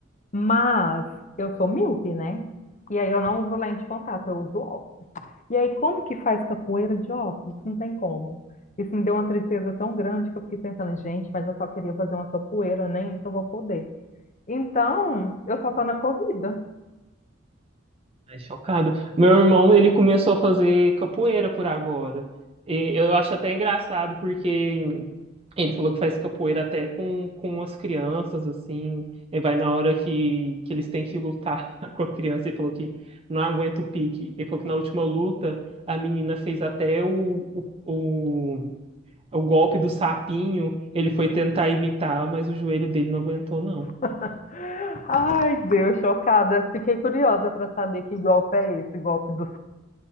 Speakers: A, on the left; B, on the right.
A: Mas eu sou míope, né? E aí eu não uso lente de contato, eu uso óculos. E aí, como que faz capoeira de óculos? Não tem como. Isso me deu uma tristeza tão grande que eu fiquei pensando, gente, mas eu só queria fazer uma capoeira, nem isso eu vou poder. Então, eu só tô na corrida.
B: Ai, chocado. Meu irmão, ele começou a fazer capoeira por agora. E eu acho até engraçado, porque ele falou que faz capoeira até com, com as crianças, assim. Ele vai na hora que, que eles têm que lutar <laughs> com a criança. e falou que não aguenta o pique. Ele falou que na última luta, a menina fez até o, o, o o golpe do sapinho, ele foi tentar imitar, mas o joelho dele não aguentou, não.
A: <laughs> Ai, Deus, chocada. Fiquei curiosa para saber que golpe é esse, golpe do